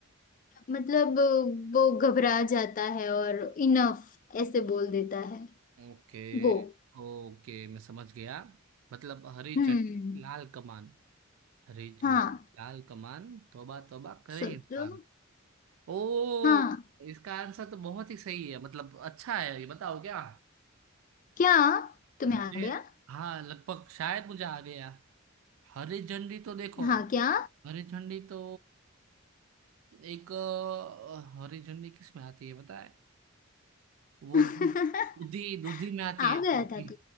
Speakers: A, on the left (about 40°); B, on the right (about 70°).
A: मतलब वो घबरा जाता है और इनफ ऐसे बोल देता है
B: ओके
A: वो
B: ओके मैं समझ गया मतलब हरी
A: हम्म
B: झंडी लाल कमान हरी झंडी
A: हाँ
B: लाल कमान तौबा तौबा करे
A: सोचो
B: इंसान ओ
A: हाँ
B: इसका आंसर तो बहुत ही सही है मतलब अच्छा है ये बताओ क्या
A: क्या तुम्हें
B: मुझे
A: आ गया
B: हाँ लगभग शायद मुझे आ गया हरी झंडी तो देखो
A: हाँ क्या
B: हरी झंडी तो एक अ, हरी झंडी किस में आती है पता है वो
A: <laughs>
B: दूधी दूधी में आती
A: आ
B: है
A: गया
B: दूधी
A: था तू